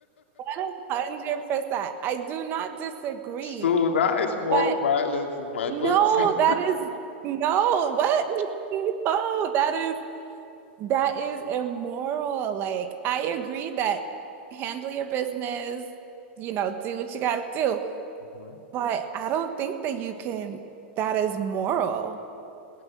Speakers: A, on the right; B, on the left.
A: 100%. I do not disagree.
B: So that is moral
A: But
B: violence in my
A: no,
B: books. <laughs>
A: that is no, what? <laughs> No, that is that is immoral. Like I agree that handle your business, you know, do what you gotta do.
B: Mhm.
A: But I don't think that you can, that is moral.